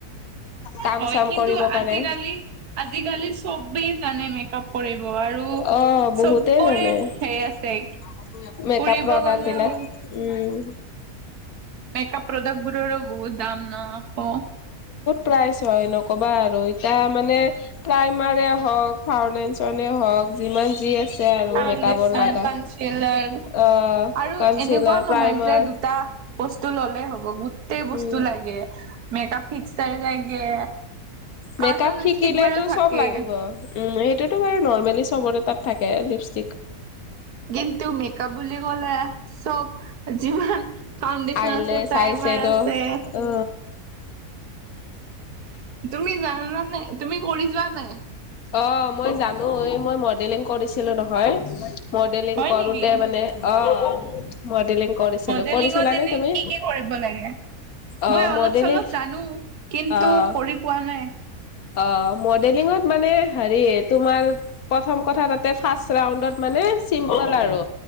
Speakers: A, on the left; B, on the right.
A: কাম
B: হয়
A: চাম
B: কিন্তু
A: কৰিব পাৰে।
B: আজিকালি আজিকালি চবেই জানে মেকআপ কৰিব আৰু
A: অ,
B: চবৰে
A: বহুতেই জানে। মেকআপ
B: সেই আছে ফুৰিব
A: প্ৰডাক্ট
B: গ'লেও
A: বিলাক, উম।
B: মেকআপ প্ৰডাক্ট বোৰৰো বহুত দাম ন। অ
A: প্ৰাইজ হয় নক'বা আৰু এতিয়া মানে প্ৰাইমাৰে হওঁক, ফাউণ্ডেচনে হওঁক। যিমান যি আছে আৰু
B: ফাউণ্ডেচন,
A: মেকাপ ত নাই কয়।
B: কনচিলাৰ
A: অ
B: আৰু
A: কাউনচিলাৰ,
B: এনেকুৱাও নহয়
A: প্ৰাইমাৰ
B: যে দুটা বস্তু ল'লেই হ'ব। গোটেই বস্তু
A: উম
B: লাগে মেকাপ ফিক্সাৰ লাগে। কাজল,
A: মেক আপ শিকিলেটো
B: লিপষ্টিক বাৰু থাকে।
A: চব লাগিব। উম। সেইটোতো বাৰু নৰ্মেলি চবৰে তাত থাকে‌ লিপচ
B: কিন্তু মেকাপ বুলি কলে চব যিমান ফাউণ্ডেশচন
A: আইলেছ
B: আছে প্ৰাইমাৰ
A: আইছেডো
B: আছে
A: অ
B: তুমি জানানা নাই? তুমি কৰি যোৱা নাই?
A: অ মই জানো এই মই মডেলিং কৰিছিলো নহয়। মডেলিং
B: হয়
A: কৰোতে
B: নেকি?
A: মানে অ। মডেলিং কৰিছিলো।
B: ট্ৰেনিংত
A: কৰিছিলানে
B: এনে
A: তুমি
B: কি কি কৰিব লাগে?
A: অ
B: মই অলপ
A: মডেলিং
B: চলপ জানো কিন্তু
A: অ
B: কৰি পোৱা নাই।
A: অ মডেলিঙত মানে হেৰি তোমাৰ প্ৰথম কথা তাতে ফাৰ্ষ ৰাউণ্ডত মানে চিম্পল আৰু